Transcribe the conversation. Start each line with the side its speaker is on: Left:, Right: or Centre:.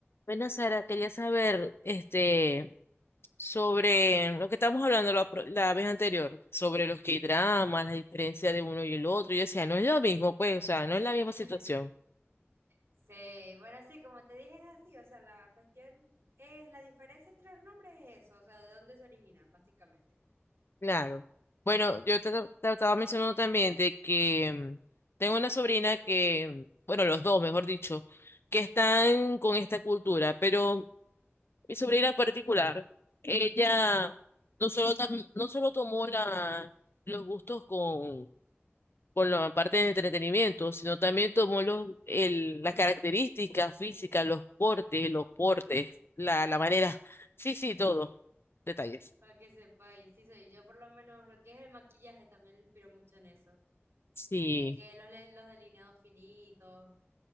Left: Bueno, Sara, quería saber este, sobre lo que estábamos hablando la, pro- la vez anterior, sobre los K-dramas, la diferencia de uno y el otro. Yo decía, no es lo mismo, pues, o sea, no es la misma
Right: <laughs>
Left: situación.
Right: Sí, bueno, sí, como te dije, es así, o sea, la cuestión es, la diferencia entre los nombres es eso, o sea, de dónde se originan, básicamente,
Left: Claro. Bueno, yo te, te estaba mencionando también de que mm, tengo una sobrina que, mm, bueno, los dos, mejor dicho, que están con esta cultura, pero mi sobrina en particular, ella no solo, tam- no solo tomó la, los gustos con con la parte de entretenimiento, sino también tomó los, el, las características físicas, los cortes, los portes, la, la manera. Sí, sí, todo. Detalles.
Right: para que sepáis, sí soy, yo por lo menos lo que es el maquillaje también lo inspiro mucho en eso,
Left: Sí,
Right: de que los, le- los delineados finitos,